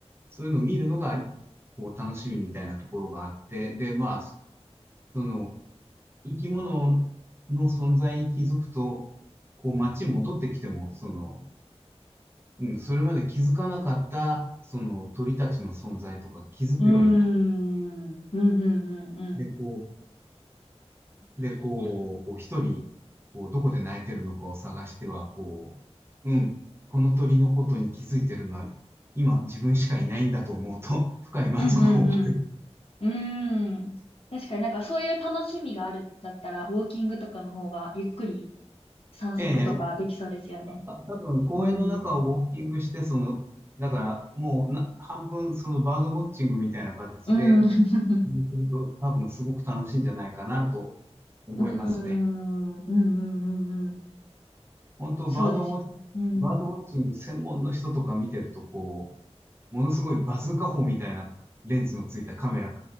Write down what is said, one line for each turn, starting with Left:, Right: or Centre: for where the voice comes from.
Right: そういうのを見るのが、こう、楽しみみたいなところがあって、で、まあ、その、生き物の存在に気づくと、こう、街に戻ってきても、その、うん、それまで気づかなかった、その鳥たちの存在とか気づくようになる
Left: うーん。うんうんうんうん。
Right: で、こう、で、こう、こう一人、こう、どこで泣いてるのかを探しては、こう、うん、この鳥のことに気づいてるのは、今自分しかいないんだと思うと、<laughs> 深い満足を覚
Left: うんうんうん。うーん。確かになんかそういう楽しみがあるんだったら、ウォーキングとかの方がゆっくり散策とかできそうですよね。
Right: えええ、た多分公園の中をウォーキングして、
Left: うん。
Right: その、だからもうな、半分そのバードウォッチングみたいな形で、
Left: うん。<laughs>
Right: うんすると多分すごく楽しいんじゃないかなと思いますね。
Left: うん。うんうんうんうん。
Right: 本当バードウォッチ、
Left: そうですよね。うん。
Right: バードウォッチング専門の人とか見てると、こう、ものすごいバズーカ砲みたいなレンズのついたカメラ